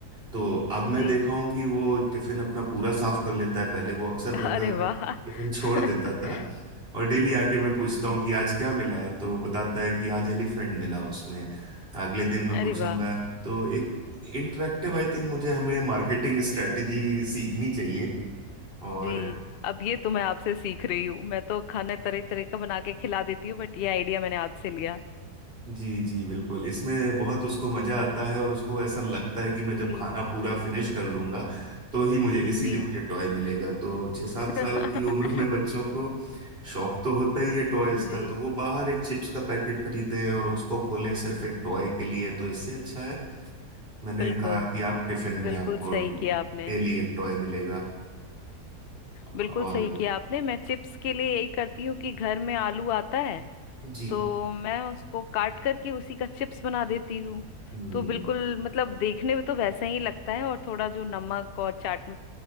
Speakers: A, on the right (about 35°); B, on the left (about 60°).
A: तो अब
B: जी
A: मैं देखा हूं कि वो टिफिन अपना पूरा साफ कर लेता है पहले वो अक्सर घर
B: अरे
A: का
B: वाह
A: टिफिन <laughs> छोड़
B: <laughs>
A: देता था और डेली आके मैं पूछता
B: जी
A: हूँ कि आज क्या मिला तो वो बताता है कि आज एलिफेंट मिला उसमें अगले दिन मैं पूछूंगा
B: अरे वाह
A: तो एक इंटरेक्टिव आई थिंक मुझे हमें मार्केटिंग स्ट्रेटेजी सीखनी चाहिए और
B: जी अब ये तो मैं आपसे सीख रही हूँ मैं तो खाने तरह तरह का बना के खिला देती हूँ बट ये आइडिया मैंने आपसे लिया
A: जी जी बिल्कुल इसमें बहुत उसको मजा आता है और उसको ऐसा लगता है कि मैं जब
B: जी
A: खाना पूरा फिनिश कर लूंगा तो ही मुझे इसीलिए
B: जी
A: मुझे टॉय मिलेगा तो छः सात
B: <laughs>
A: साल की उम्र में बच्चों को शौक तो होता ही है टॉयज
B: जी
A: का तो वो बाहर एक चिप्स का पैकेट खरीदें और उसको खोलें सिर्फ एक टॉय के लिए तो इससे अच्छा है मैंने
B: बिल्कुल
A: कहा कि आप टिफिन में
B: बिल्कुल
A: आपको
B: सही
A: डेली
B: किया आपने
A: एक टॉय मिलेगा
B: बिल्कुल
A: और
B: सही किया आपने मैं चिप्स के लिए यही करती हूँ कि घर में आलू आता है
A: जी
B: तो मैं उसको काट करके उसी का चिप्स बना देती हूँ
A: हम्म
B: तो बिल्कुल मतलब देखने में तो वैसा ही लगता है और थोड़ा जो नमक और चाट